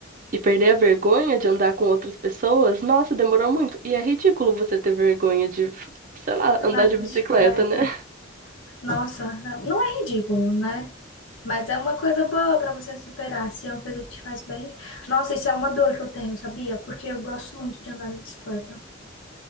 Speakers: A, on the right; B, on the left.
A: e perder a vergonha de andar com outras pessoas, nossa, demorou muito. E é ridículo você ter vergonha de, sei lá,
B: andar
A: andar
B: de
A: de
B: bicicleta.
A: bicicleta, né?
B: Nossa, não é ridículo, né? Mas é uma coisa boa pra você superar, se é uma coisa que te faz bem. Nossa, isso é uma dor que eu tenho, sabia? Porque eu gosto muito de andar de bicicleta.